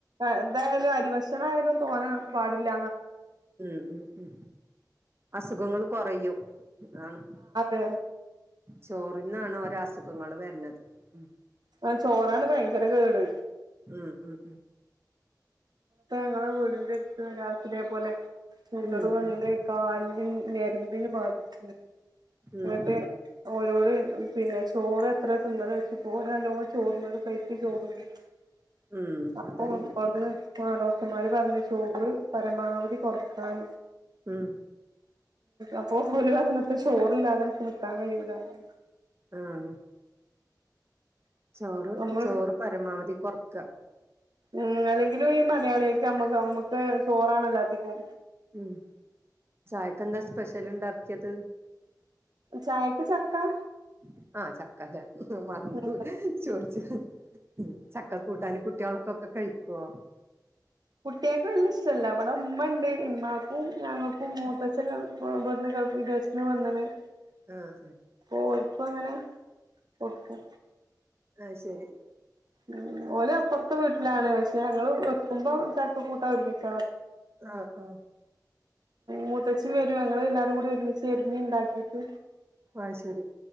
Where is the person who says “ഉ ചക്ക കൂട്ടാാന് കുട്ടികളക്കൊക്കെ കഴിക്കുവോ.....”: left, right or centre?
Right